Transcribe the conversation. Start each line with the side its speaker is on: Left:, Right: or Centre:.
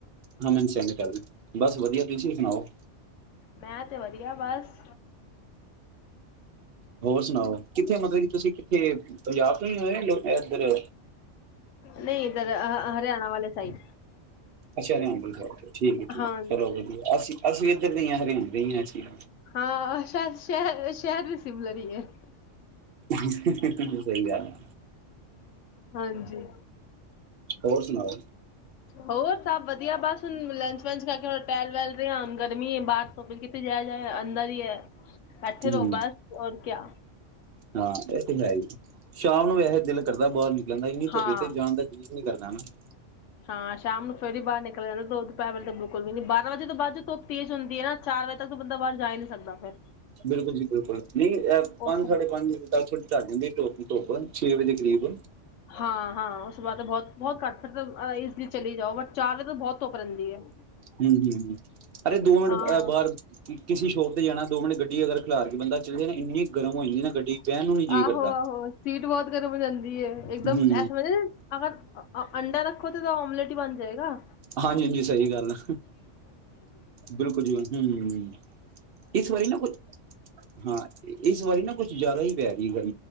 Right: ਹਾਂ ਮੈਨੂੰ ਸੈਂਡ ਕਰ ਬਸ ਵਧੀਆ ਤੁਸੀਂ ਸੁਣਾਓ।
Left: ਮੈਂ ਤੇ ਵਧੀਆ ਬਸ
Right: ਹੋਰ ਸੁਣਾਓ ਕਿੱਥੇ ਮਤਲਬ ਕਿ ਤੁਸੀਂ ਪੰਜਾਬ ਤੋਂ ਹੀ ਹੋਏ ਇੱਧਰ
Left: ਨਹੀਂ ਇੱਧਰ ਹਰਿਆਣਾ ਵਾਲੇ ਸਾਈਡ
Right: ਅਛਾ ਹਰਿਆਣੇ ਵਾਲੀ ਸਾਈਡ ਤੇ। ਠੀਕ ਹੈ ਠੀਕ
Left: ਹਾਂਜੀ
Right: ਹੈ ਚਲੋ ਵਧੀਆ ਅਸੀਂ ਅਸੀਂ ਇੱਧਰ ਦੇ ਹੀ ਹਰਿਆਣੇ ਦੇ ਹੀ ਹਾਂ ਅਸੀ।
Left: ਹਾਂ ਸ਼ਯਦ ਸ਼ਹਿਰ ਸ਼ਹਿਰ ਵੀ ਸਿਮਲਰ ਹੀ ਹੈ।
Right: ਸਹੀ ਗੱਲ ਹੈ।
Left: ਹਾਂਜੀ।
Right: ਹੋਰ ਸੁਣਾਓ
Left: ਹੋਰ ਸਭ ਵਧੀਆ ਬਸ ਹੁਣ ਲੰਚ ਵੰਚ ਕਰਕੇ ਹ ਟਹਿਲ ਵੈਲ ਰਿਹੇ ਹੁਣ ਗਰਮੀ ਹੈ ਬਾਹਰ ਸ ਫ ਕਿਥੇ ਜਾਯਾ ਜਾਇ ਅੰਦਰ ਹੀ ਹੈ ਬੈਠੇ
Right: ਹੂੰ
Left: ਰਹੋ ਬਸ ਹੋਰ ਕਿਆ
Right: ਹਾਂ ਇਹ ਤੇ ਹੈ ਹੀ ਸ਼ਾਮ ਨੂੰ ਵੈਸੇ ਦਿਲ ਕਰਦਾ ਬਾਹਰ ਲ ਕਹਿੰਦਾ ਇੰਨੀ
Left: ਹਾਂ
Right: ਧੋਪ ਇਚ ਤੇ ਜਾਣ ਦਾ ਜੀ ਨੀ ਕਰਦਾ <inaudible> <inaudible>
Left: ਹਾਂ ਸ਼ਾਮ ਨੂੰ ਫਿਰ ਈ ਬਾਹਰ ਨਿਕਲ ਜਾਂਦਾ ਦੋੱ ਦੈ ਵਜੇ ਤ ਬਿਲਕੁਲ ਵੀ ਨਹੀਂ ਬਾਂ ਵਜੇ ਤੋਂ ਬਾਅਦ ਧੁੱਪ ਤੇਜ਼ ਹੁਂਦੀ ਹੈ ਨਾ ਚਾਰ ਵਜੇ ਤੱਕ ਤਾਂ ਬੰਦਾ ਬਾਹਰ ਜਾ ਹੀ ਨਹੀਂ ਸਕਦਾ ਫਿਰ
Right: ਬਿਲਕੁਲ ਜੀ ਬਿਲਕੁਲ ਨਹੀਂ
Left: ਉਸ
Right: ਪੰਜ ਸਾਡੇ ਪੰਜ ਤਕ ਢਲ ਜਾਂਦੀ ਏ ਧੁਪ <inaudible> <inaudible> ਛੇ ਵਜੇ ਕਰੀਬ
Left: ਹਾਂ ਹਾਂ ਬਾਅ ਤਾਂ ਬਹੁਤ ਬਹੁਤ ਘੱਟ ਮਤਲਬ ਈਜ਼ਲੀ ਚਲੀ ਜਾਓ ਬਟ ਚਾਰ ਵਜੇ ਤਾਂ ਬਹੁਤ ਧੁਪ ਰਹਿੰਦੀ ਹੈ
Right: ਹਮ ਹਮ ਅਰੇ ਦੋ ਮਿੰਟਬਾਹਰ
Left: ਹਾਂ
Right: ਕਿਸੇ ਭੋਗ ਤੇ ਜਾਣਾ ਦੋ ਮਿੰਟ ਗੱਡੀ ਅਗਰ ਫਿਲਾਰ ਕੇ ਬੰਦਾ ਚਲੇ ਨਾ ਇੰਨੀ ਗਰਮ ਹੋ ਜਾਂਈ ਨਾ ਗੱਡੀ ਬਹਿਣ ਨੂੰ ਨੀ ਜੀਅ
Left: ਆਹੋ-ਆਹੋ
Right: ਕਰਦਾ
Left: ਸੀਟ ਬਹੁਤ ਕਰ ਬ ਜਾਂਦ ਇੱਕਦਮ
Right: ਹੂੰ
Left: ਐਸਾ ਲਗਦਾ ਜ ਅਗਰ ਅੰਡਾ ਰੱਖੋ ਤੇ ਉਹ ਓਮਲੇਟ ਹੀ ਬਣ ਜਾਏਗਾ
Right: ਹਾਂਜੀ-ਹਾਂਜੀ ਸਹੀ ਗੱਲ ਆ ਬਿਲਕੁਲ ਜੀ ਬਿਲਕੁਲ ਹਮ ਇਸ ਵਾਰੀ ਨਾ ਕੁਛ, ਹਾਂ ਇਸ ਵਾਰੀ ਨਾ ਕੁਛ ਜ਼ਿਆਦਾ ਹੀ ਪਿਆ <unintelligible> <unintelligible>